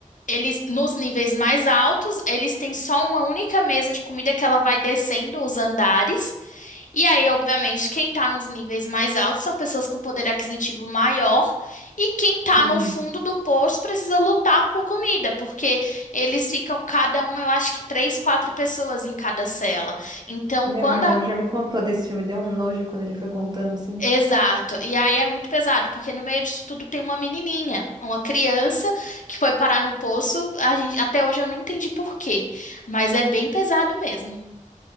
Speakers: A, on the left; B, on the right.
A: Eles, nos níveis mais altos, eles têm só uma única mesa de comida que ela vai descendo os andares. E aí, obviamente, quem está nos níveis mais altos são pessoas com poder aquisitivo maior, e quem está
B: Uhum.
A: no fundo do poço precisa lutar por comida, porque eles ficam cada um, eu acho que três, quatro pessoas em cada cela. Então,
B: Meu,
A: quando
B: meu irmão
A: a...
B: já me contou desse filme, deu um nojo quando ele foi contando assim.
A: Exato. E aí é muito pesado, porque no meio disso tudo tem uma menininha, uma criança que foi parar no poço. A gente... Até hoje eu não entendi por quê, mas é bem pesado mesmo.